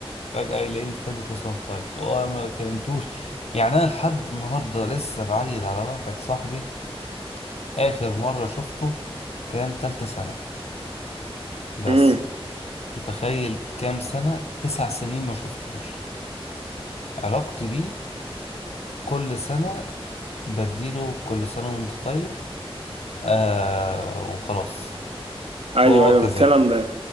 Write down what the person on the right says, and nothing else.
امم
ايوه
ايوه
فعلا